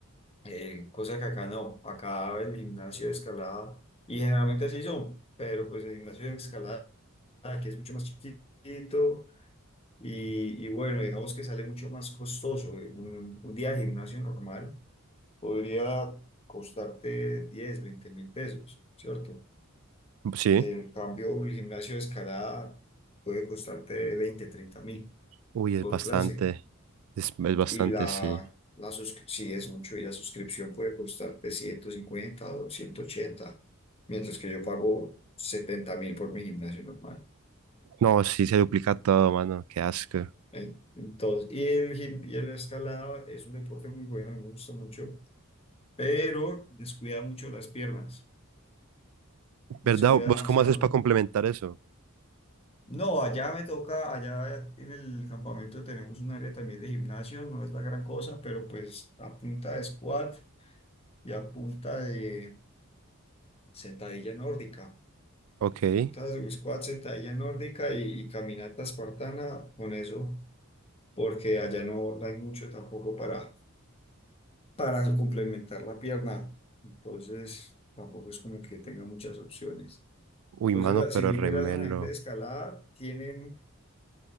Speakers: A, on the left; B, on the right.
A: eh, cosa que acá no. Acá el gimnasio de escalada, y generalmente así son, pero pues el gimnasio de escalada aquí es mucho más chiquito y, y bueno, digamos que sale mucho más costoso. eh, Un, un día de gimnasio normal podría costarte 10 20 mil pesos, ¿cierto?
B: Sí.
A: El cambio, un gimnasio de escalada puede costarte 20 30 mil
B: Uy, es
A: por
B: bastante.
A: clase.
B: Es, es bastante,
A: Y la,
B: sí.
A: la suscri- sí es mucho, y la suscripción puede costarte 150 o 180 mientras que yo pago setenta mil por mi gimnasio normal.
B: No, sí, se duplica todo, mano. Qué asco.
A: En- Entonces, y el, gim- y el escalada es un deporte muy bueno, me gusta mucho, pero descuida mucho las piernas, descuida
B: ¿Verdad? ¿Vos
A: demasiado
B: cómo haces para complementar eso?
A: No, allá me toca, allá en el campamento tenemos un área también de gimnasio, no es la gran cosa, pero pues a punta de squat y a punta de sentadilla nórdica,
B: Ok.
A: a punta de squat, sentadilla nórdica y, y caminata espartana con eso, porque allá no, no hay mucho tampoco para, para complementar la pierna, entonces tampoco es como que tenga muchas opciones.
B: Uy,
A: Entonces,
B: mano,
A: la-
B: pero
A: si vos
B: remelo.
A: miras a la gente de escalada, tienen